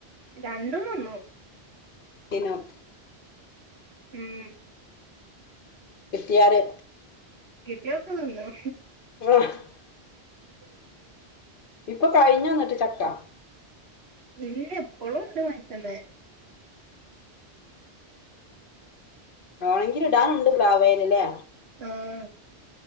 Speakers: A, on the right; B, on the left.
A: രണ്ടും തിന്നും
B: തിന്നും
A: ഉം
B: എത്തിയാര്
A: കിട്ടിയാ ഒക്കെ തിന്നും
B: <unintelligible>
A: ഉം ഉം
B: ഇപ്പൊ കഴിഞ്ഞോ ന്നട്ട് ചക്ക.
A: ഇല്ല ഇപ്പള്ളും ഇണ്ട് മര്ത്ത്മ്മെ
B: ഉം വെണെങ്കില് ഇടാനുണ്ട് പ്ലാവേല് ല്ലേ
A: ആഹ്